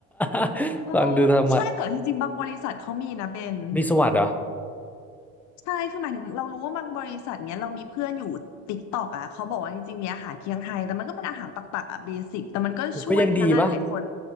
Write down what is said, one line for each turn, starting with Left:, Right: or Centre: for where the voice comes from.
Centre: <laughs>
Left: โอ้
Centre: ฟังดูธรรมะ
Left: ใช่แต่จริงๆบางบริษัทเขามีนะเบน
Centre: มีสวัสดิ์เหรอ
Left: ใช่คือหมายถึงเรารู้ว่าบางบริษัทเนี้ยเรามีเพื่อนอยู่ติ๊กตอกอ่ะเขาบอกว่าจริงๆมีอาหารเที่ยงไทยแต่มันก็เป็นอาหารปักๆอ่ะเบสิกแต่มันก็ช่วยพนักงานหลายๆคน
Centre: โอ้ก็ยังดีปะ